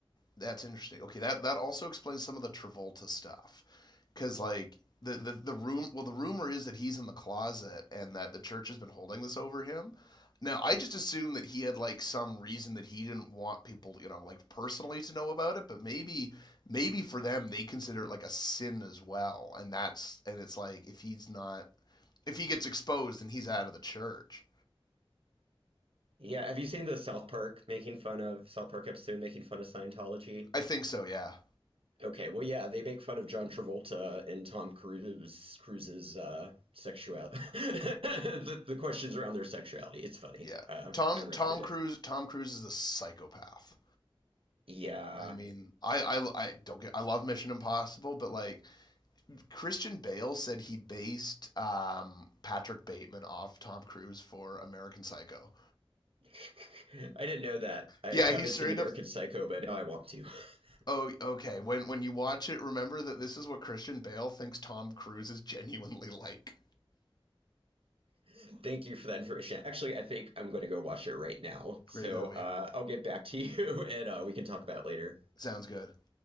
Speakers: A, on the left (about 45°); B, on the right (about 70°).
A: That's interesting. Okay, that that also explains some of the Travolta stuff, because like the, the the room. Well, the rumor is that he's in the closet and that the church has been holding this over him. Now, I just assumed that he had like some reason that he didn't want people, you know, like personally to know about it. But maybe, maybe for them, they consider it like a sin as well, and that's and it's like if he's not, if he gets exposed, then he's out of the church.
B: Yeah, have you seen the South Park making fun of South Park episode making fun of Scientology?
A: I think so. Yeah,
B: Okay, well, yeah, they make fun of John Travolta and Tom Cruise Cruise's uh, sexuality. <laughs> the, the questions around their sexuality. It's funny.
A: yeah.
B: Uh,
A: Tom
B: I recommend
A: Tom Cruise
B: it.
A: Tom Cruise is a psychopath.
B: Yeah.
A: I mean, I, I, I don't get, I love Mission Impossible, but like Christian Bale said he based um, Patrick Bateman off Tom Cruise for American Psycho.
B: <laughs> I didn't know that. I,
A: Yeah,
B: I haven't
A: he straight
B: seen American
A: up.
B: Psycho, but now I want to. <laughs>
A: Oh, okay. When when you watch it, remember that this is what Christian Bale thinks Tom Cruise is genuinely like.
B: Thank you for that information. Actually, I think I'm going to go watch it right now. So
A: Great movie.
B: uh, I'll get back to <laughs> you and uh, we can talk about it later.
A: Sounds good.